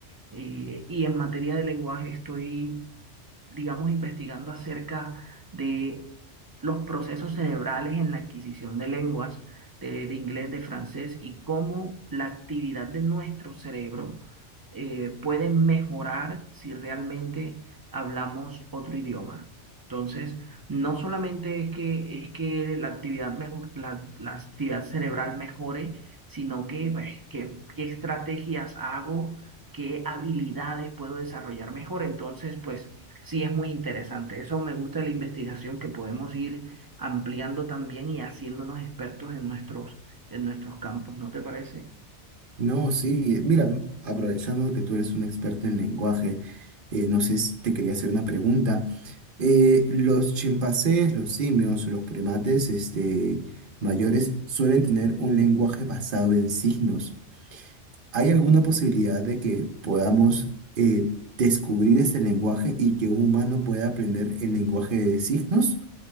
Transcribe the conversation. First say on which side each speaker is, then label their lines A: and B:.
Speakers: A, on the right; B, on the right.
A: eh, y en materia de lenguaje estoy digamos, investigando acerca de los procesos cerebrales en la adquisición de lenguas, de, de inglés, de francés, y cómo la actividad de nuestro cerebro eh, puede mejorar si realmente hablamos otro idioma. Entonces, no solamente es que, es que la actividad, mejor, la, la actividad cerebral mejore, sino que, pues, qué qué estrategias hago, qué habilidades puedo desarrollar mejor. Entonces, pues Sí, es muy interesante. Eso me gusta de la investigación, que podemos ir ampliando también y haciéndonos expertos en nuestros, en nuestros campos, ¿no te parece?
B: No, sí, mira, aprovechando que tú eres un experto en lenguaje, eh, no sé si te quería hacer una pregunta. Eh, los chimpancés, los simios, los primates, este, mayores suelen tener un lenguaje basado en signos. ¿Hay alguna posibilidad de que podamos eh, descubrir ese lenguaje y que un humano pueda aprender el lenguaje de signos?